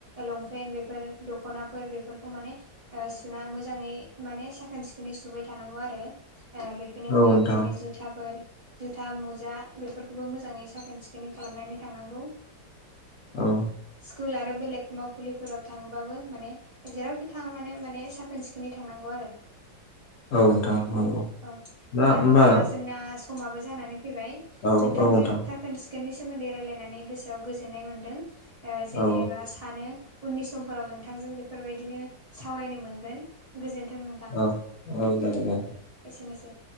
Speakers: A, on the right (about 40°); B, on the left (about 70°).
A: लंपेन्ट बेफोर दख'नाफोर बेफोर माने मोजाङै साखोन सिखोनै सुबाय थानांगौ आरो बेनि
B: औ
A: अनगायैबो
B: नोंथां
A: जेरै जुथाफोर जुथा मुजा बेफोरखौबो मोजाङै साखोन सिखोनै खालामनानै थांनांगौ‌।
B: औ
A: स्कुल आरो बेलेग मावखुलिफोराव थाङोबाबो माने जेरावखि थाङा मानो माने साखोन सिखोनै थांनांगौ आरो
B: औ नोंथां नंगौ
A: औ
B: दा
A: नोंथां
B: होमबा
A: हबा जोंना समाबो जानानै फैबाय
B: औ
A: नोंथांजों
B: औ नोंथां
A: साखोन सि ककेट नि सोमोन्दै रायलायनानै गोसोआव गोजोननाय मोन्दों जेनेबा
B: औ
A: सानो उननि समफोराव नोंथांजों बेफोरबायदिनो सावरायनो मोनगोन गोजोन्थों नोंथां
B: औ औ जागोन दे
A: औ एसेनोसै।